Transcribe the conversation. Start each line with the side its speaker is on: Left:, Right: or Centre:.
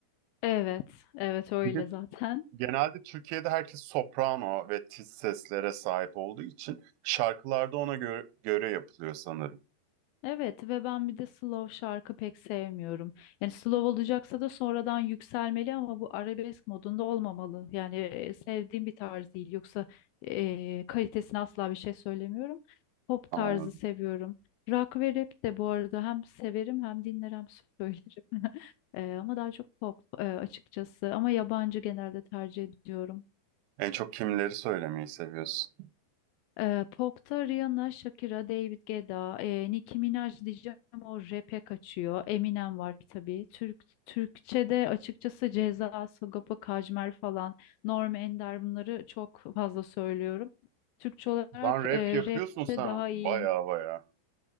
Left: Evet evet öyle
Right: bir de
Left: zaten.
Right: genelde Türkiye'de herkes soprano ve tiz seslere sahip olduğu için şarkılarda ona gö- göre yapılıyor sanırım.
Left: Evet ve ben bir de slow şarkı pek sevmiyorum. Yani slow olacaksa da sonradan yükselmeli ama bu arabesk modunda olmamalı. Yani e, sevdiğim bir tarz değil. Yoksa e, kalitesine asla bir şey söylemiyorum. Pop
Right: Anladım.
Left: tarzı seviyorum. Rock ve rap de bu arada hem severim hem dinler hem söylerim. <laughs> E, ama daha çok pop e, açıkçası. Ama yabancı genelde tercih ediyorum.
Right: En çok kimleri söylemeyi seviyorsun?
Left: Ee, pop'ta Rihanna, Shakira, David Guetta, e, Nicki Minaj diyeceğim o rap'e kaçıyor. Eminem var tabii. Türk, Türkçe'de açıkçası Ceza, Sagopa Kajmer falan, Norm Ender bunları çok fazla söylüyorum. Türkçe olarak
Right: Lan rap
Left: e,
Right: yapıyorsun
Left: rap'te
Right: sen.
Left: daha
Right: Baya
Left: iyiyim.
Right: baya.